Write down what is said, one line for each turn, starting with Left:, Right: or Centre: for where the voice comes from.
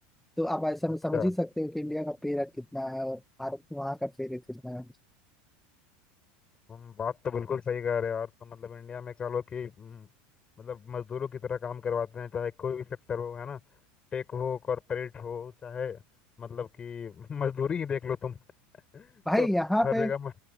Centre: तो आप ऐसा
Left: अच्छा
Centre: में समझ ही सकते हो कि इंडिया का पे रेट कितना है और भारत वहाँ का पे रेट कितना है
Left: तुम बात तो बिल्कुल सही कह रहे हो यार तो मतलब इंडिया में कह लो कि हम्म, मतलब मजदूरों की तरह काम करवाते हैं चाहे कोई भी सेक्टर हो है ना टेक हो कॉरपोरेट हो चाहे मतलब कि <laughs> मजदूरी ही देख लो तुम <laughs>
Centre: भाई
Left: तो
Centre: यहाँ
Left: हर
Centre: पे
Left: जगह म-